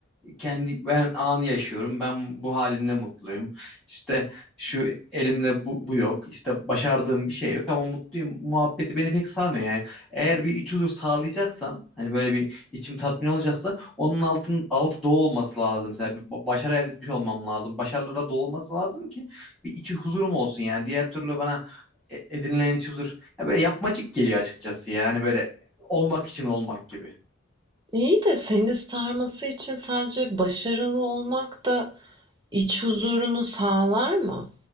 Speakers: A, in the centre; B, on the right.
A: kendi ben anı yaşıyorum. Ben bu halimle mutluyum. İşte şu elimde bu, bu yok. İşte başardığım bir şey yok ama mutluyum. Muhabbeti beni pek sarmıyor yani. Eğer bir iç huzur sağlayacaksam hani böyle bir içim tatmin olacaksa onun altın altı dolu olması lazım. Mesela bir ba- başarı elde etmiş olmam lazım. Başarılara dolu olması lazım ki bir iç huzurum olsun yani. Diğer türlü bana e- edinilen iç huzur ya böyle yapmacık geliyor açıkçası yani böyle olmak için olmak gibi.
B: İyi de seni sarması için sadece başarılı olmak da iç huzurunu sağlar mı?